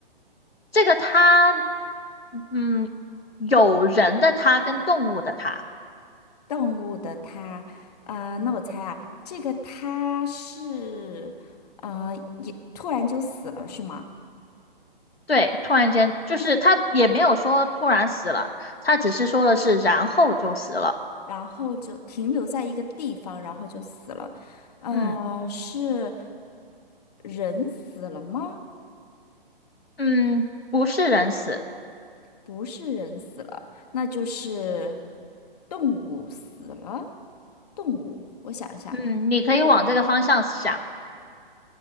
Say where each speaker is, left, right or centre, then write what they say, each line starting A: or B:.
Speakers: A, on the left; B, on the left.
A: 这个它，嗯，有人的它跟动物的它。
B: 动物的它？啊、那我猜啊，这个它是呃也突然就死了是吗？
A: 对，突然间就是他也没有说突然死了，他只是说的是然后就死了。
B: 然后就停留在一个地方，然后就死了。呃，
A: 嗯
B: 是人死了吗？
A: 嗯，不是人死。
B: 不是人死了，那就是动物死了。动物，我想一下，
A: 嗯，你可以往这个方向想。
B: 如果